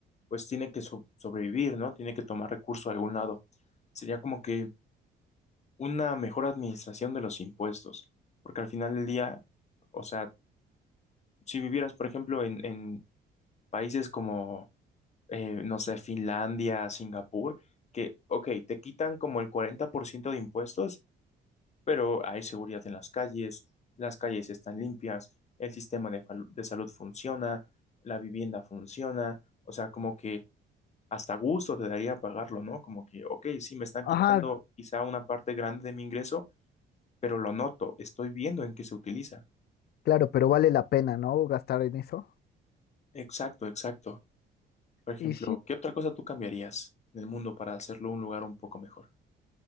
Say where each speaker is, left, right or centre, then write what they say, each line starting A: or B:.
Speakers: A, on the left; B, on the left.
A: pues tiene que so- sobrevivir, ¿no? Tiene que tomar recursos de algún lado. Sería como que una mejor administración de los impuestos, porque al final del día, o sea, si vivieras, por ejemplo, en, en países como, eh, no sé, Finlandia, Singapur, que, ok, te quitan como el 40% de impuestos pero hay seguridad en las calles, las calles están limpias, el sistema de, fal- de salud funciona, la vivienda funciona, o sea, como que hasta gusto te daría pagarlo, ¿no? Como que, ok, sí, me están
B: Ajá,
A: quitando quizá una parte grande de mi ingreso, pero lo noto, estoy viendo en qué se utiliza.
B: claro, pero vale la pena, ¿no? Gastar en eso.
A: Exacto, exacto. Por ejemplo,
B: Y sí,
A: ¿qué otra cosa tú cambiarías en el mundo para hacerlo un lugar un poco mejor?